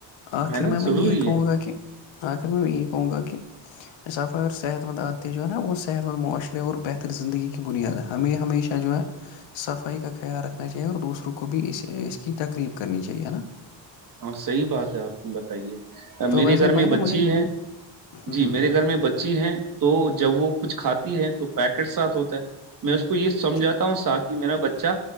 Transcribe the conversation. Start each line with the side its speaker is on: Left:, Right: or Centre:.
Left: آخر
Right: ہے نا
Left: میں میں
Right: ضروری
Left: یہی کہوں
Right: ہے
Left: گا کہ آخر میں یہی کہوں گا کہ اسافہ اگر صحت خحت مند عتےیں جو ہے نا وہ صحت مند معاشرے اور بہتر زندگی کی بنیاد ہے ہمیں ہمیشہ جو ہے صفائی کا خیال رکھنا چاہیے اور دوسروں کو بھی اس اس کی تقریب کرنی چاہیے ہے نا
Right: ہاں صحیح بات ہے آپ نے بتائیے
Left: تو
Right: میرے
Left: ویسے
Right: گھر میں
Left: بھائی نا
Right: بچی
Left: مجھے
Right: ہیں
Left: ہوں
Right: جی
Left: ہوں
Right: میرے
Left: ہوں
Right: گھر میں بچی ہیں تو جب وہ کچھ کھاتی ہے تو پیکٹ ساتھ ہوتا ہے میں اس کو یہ سمجھاتا
Left: جی
Right: ہوں ساتھ میرا بچہ